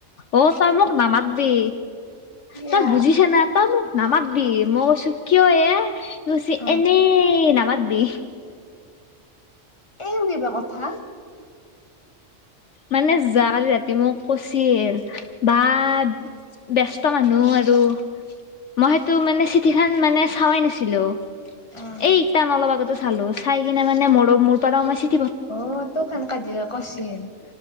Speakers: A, on the left; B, on the left.
A: অ তই মোক নামাতবি
B: দিয়া
A: তই বুজিছা না, তই মোক নামাতবি, মই কৈছো কিয় এ, সি কৈছি
B: অ
A: এনেই নামাত বি
B: এইও কিবা কথা
A: মানে যোৱা কালি ৰাতি মোক কৈছিল, বাহ ব্যস্ত মানুহ আৰু মই সেইটো মানে চিঠি খান মানে চাৱাই নাছিলো।
B: অ',
A: এ ইটান অলপ আগত জাচ চালো, চাই কিনে মানে মোৰো মোৰ পৰাও মই চিত
B: অ', তো খান কাজিয়ে কৈছিল।